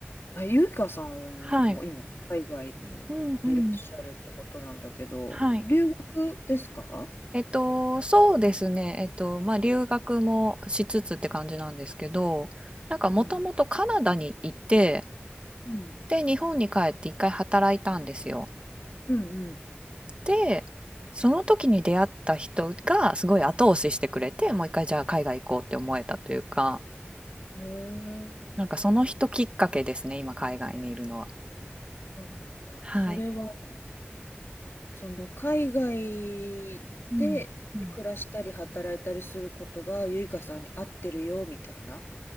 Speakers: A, on the left (about 65°); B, on the right (about 25°).
A: あ、ゆいかさんも今、
B: はい。
A: 海外にいらっしゃるってことなんだけど、
B: うんうん。はい。
A: 留学ですか
B: えっと、そうですね。えっと、まあ留学もしつつって感じなんですけど、なんかもともとカナダにいて、
A: うん。うん。
B: で、日本に帰って一回働いたんですよ。
A: うん
B: で、その時に出会った人がすごい後押ししてくれて、もう一回じゃあ海外行こうって思えたというか、
A: うん。へえ、
B: なんかその人きっかけですね、今海外にいるのは。
A: そうなんだ。
B: はい。
A: それはその海外で暮らしたり働いたりすることがゆいかさんに合ってるよみたいな。
B: うん。うん。